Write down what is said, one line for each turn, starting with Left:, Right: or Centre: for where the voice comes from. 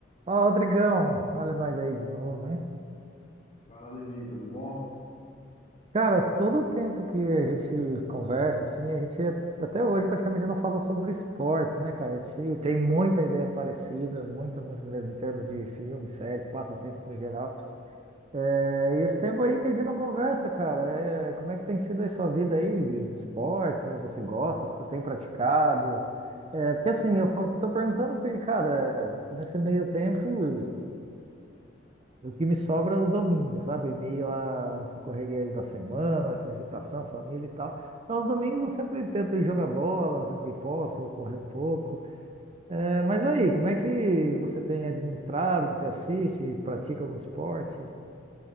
Right: Ó, Rodrigão, olha nós aí de novo, hein?
Left: Vai lá, Demi, tudo bom?
Right: Cara, todo o tempo que a gente conversa, assim, a gente até hoje praticamente não falou sobre esportes, né, cara? A gente tem muita ideia parecida, muita, muito mesmo, em termos de filmes, séries, passatempo no geral. É, e esse tempo aí que a gente não conversa, cara, é, como é que tem sido aí sua vida aí de de esportes? É, Você gosta? Tem praticado? É, porque assim, eu fa- tô perguntando porque, cara, nesse meio tempo. O que me sobra no domingo, sabe? Em meio a essa correria da semana, essa agitação, família e tal. Então, aos domingos eu sempre tento ir jogar bola, sempre que posso, ou correr um pouco. É, mas aí, como é que você tem administrado? Você assiste, pratica algum esporte?